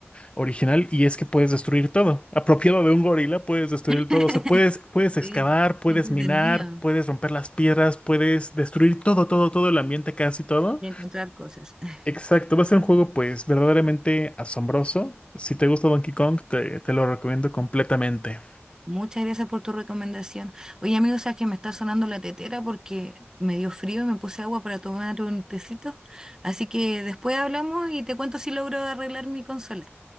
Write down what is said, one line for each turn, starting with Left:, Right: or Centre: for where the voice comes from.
Left: original, y es que puedes destruir todo. Apropiado de un gorila, puedes destruir
Right: <laughs>
Left: todo. O sea, puedes, puedes excavar,
Right: Sí,
Left: puedes
Right: qué entretenido.
Left: minar, puedes romper las piedras, puedes destruir todo, todo, todo el ambiente, casi todo.
Right: Y encontrar cosas. <laughs>
Left: Exacto, va a ser un juego pues verdaderamente asombroso. Si te gusta Donkey Kong, te, te lo recomiendo completamente.
Right: Muchas gracias por tu recomendación. Oye, amigo, sabes que me está sonando la tetera porque me dio frío y me puse agua para tomar un tecito. Así que después hablamos y te cuento si logro arreglar mi consola.